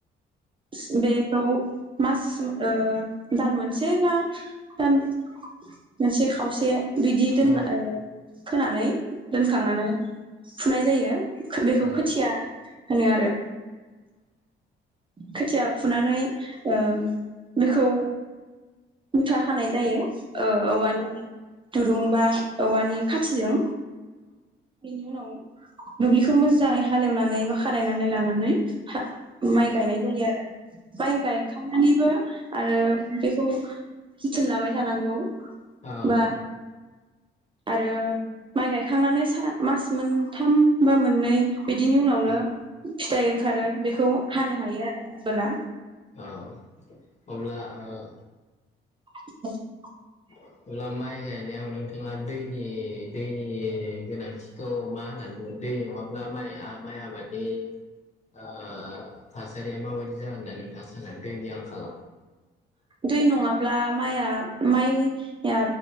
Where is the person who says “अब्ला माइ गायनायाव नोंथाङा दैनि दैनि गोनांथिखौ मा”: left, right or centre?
Left